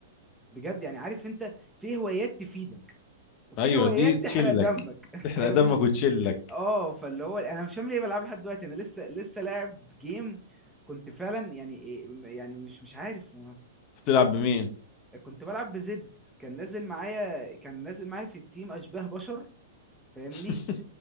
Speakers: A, in the centre; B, on the left.
A: بجد يعني عارف انت في هوايات تفيدك وفي
B: ايوه
A: هوايات
B: دي تشيلك
A: تحرق دمك <laughs>
B: تحرق
A: فاهمني
B: دمك وتشيلك
A: اه فاللي هو انا مش فاهم ليه بلعب لحد دلوقتي انا لسه لسه لاعب جيم كنت فعلا يعني إيه- يعني مش مش عارف
B: بتلعب بمين
A: كنت بلعب بزد كان نازل معايا كان نازل معايا في التيم اشباه بشر فاهمني
B: <laughs>